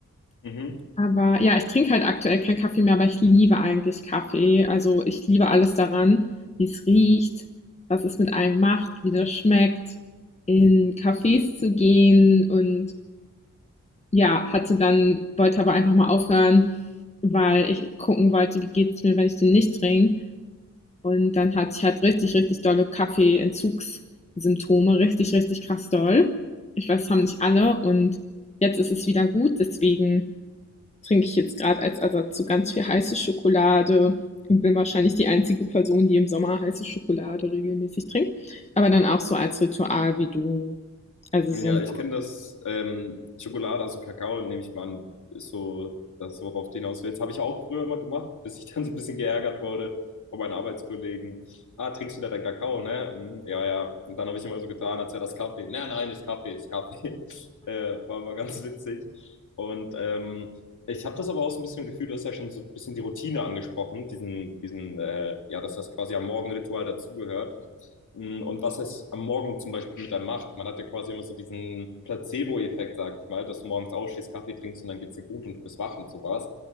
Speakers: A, on the left; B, on the left.
A: Mhm.
B: Aber ja, ich trinke halt aktuell keinen Kaffee mehr, aber ich liebe eigentlich Kaffee. Also ich liebe alles daran, wie es riecht, was es mit einem macht, wie das schmeckt, in Cafés zu gehen und ja, hatte dann, wollte aber einfach mal aufhören, weil ich gucken wollte, wie geht es mir, wenn ich den nicht trinke. Und dann hatte ich halt richtig, richtig dolle Kaffeeentzugssymptome, richtig, richtig krass doll. Ich weiß, das haben nicht alle und jetzt ist es wieder gut, deswegen trinke ich jetzt gerade als Ersatz so ganz viel heiße Schokolade und bin wahrscheinlich die einzige Person, die im Sommer heiße Schokolade regelmäßig trinkt. Aber dann auch so als Ritual wie du. Also
A: Ja,
B: so
A: ich kenne das ähm, Schokolade, also Kakao, nehme ich mal an, ist so das, worauf du hinaus willst. Habe ich auch früher immer gemacht, bis ich <laughs> dann so ein bisschen geärgert wurde von meinen Arbeitskollegen. Ah, trinkst wieder deinen Kakao, ne? "Hm, Ja, ja. Und dann habe ich immer so getan, als wäre das Kaffee. Nein, nein, ist Kaffee, ist Kaffee. <laughs> Äh, war mal ganz witzig. Und ähm, ich habe das aber auch so ein bisschen im Gefühl, du hast ja schon so ein bisschen die Routine angesprochen, diesen, diesen, äh, ja, dass das quasi am Morgenritual dazugehört. Mm, Und was es am Morgen zum Beispiel mit einem macht. Man hat ja quasi immer so diesen Placebo-Effekt, sage ich mal, dass du morgens aufstehst, Kaffee trinkst und dann geht's dir gut und du bist wach und sowas.